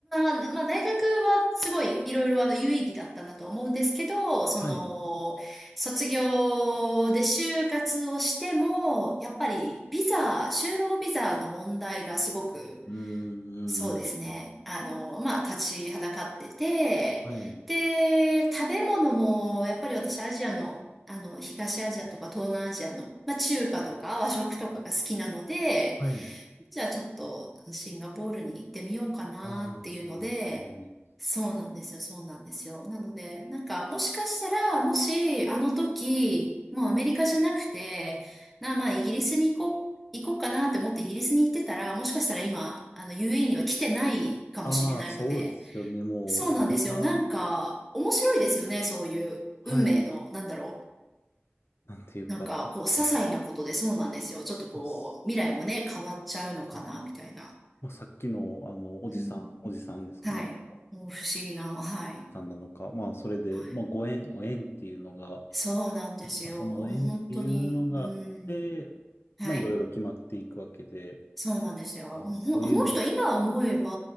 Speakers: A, in the centre; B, on the left.
A: まあ大学はすごいいろいろあの有意義だったなと思うんですけど、その、
B: はい。
A: 卒業で就活をしても、やっぱりビザ、就労ビザの問題がすごく
B: うーん。
A: そうですね。
B: うん
A: あの、まあ、立ちはだかってて、
B: はい。
A: で、食べ物も、やっぱり私、アジアの、あの、東アジアとか東南アジアの、まあ、中華とか和食とかが好きなので、
B: はい。
A: じゃあちょっとシンガポールに行ってみようかなっていうので、
B: ああ、シンガポールに。
A: そうなんですよ、そうなんですよ。なので、なんかもしかしたら、もしあの時、もうアメリカじゃなくて、なあまあイギリスに行こう、行こうかなって思ってイギリスに行ってたら、もしかしたら今、あの UAE には来てないかもしれないので、
B: ああ、そうですよね。もう、
A: そうなんですよ。
B: 何が、
A: なんか面白いですよね、そういう運命の、
B: はい。
A: なんだろう。
B: なんていうか、
A: なんかこう、
B: やっぱ、
A: 些細なことでそうなんですよ。ちょっとこう、
B: まあ、す
A: 未来もね、変わっちゃうのかな、
B: はい
A: みたいな。
B: まあさっきの、あの、おじさん、
A: うん、
B: おじさんですかね。
A: はい。
B: あのお
A: もう不思議な、はい。
B: じさんなのか。まあ、それで、
A: はい。
B: まあ、ご縁、お縁っていうのが、
A: そうなんですよ。
B: まあ、その縁っていうのがあって、
A: もう本当に、うん。はい。
B: まあ、いろいろ決まっていくわけで、
A: そうなんですよ。
B: あ、
A: もうほんあの人、
B: そういうの、
A: 今思えば、